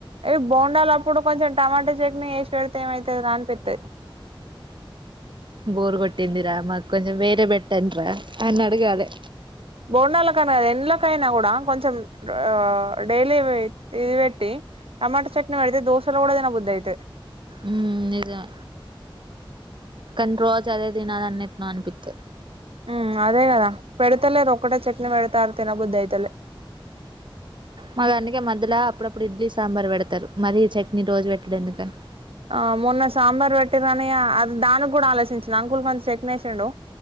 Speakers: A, on the right (about 85°); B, on the right (about 60°).
A: ఇ బొండాలప్పుడు కొంచెం టమాటా చట్నీ ఏసి పెడితే ఏమైతదిర అనిపిత్తది
B: బోర్ గొట్టిందిరా మాకు కొంచెం వేరే పెట్టన్డ్రా అనడగాలే
A: బోండాల కానా ఎంలకైనా కూడా కొంచెం ఆ డైలీ ఇది పెట్టి టమాటో చట్నీ పెడితే దోసెలో కూడా తిన్న బుద్దాయితది
B: ఉమ్ నిజమే కానీ రోజు అదే తినాలన్న అంత ఎట్లానో అనిపిత్తది
A: ఉమ్ అదే కదా పెడతలేరు ఒకటే చట్నీ పెడతాన్రు తినబుద్ది అయితలే
B: మాకు అందుకే మధ్యలో అప్పుడప్పుడు ఇడ్లీ సాంబార్ పెడతారు మరీ చట్నీ రోజు పెట్టడం ఎందుకని
A: ఆ మొన్న సాంబార్ పెట్టిరని అది దానికి కూడా ఆలోచించిన అంకులు కొంచం చట్నీ ఏసిండు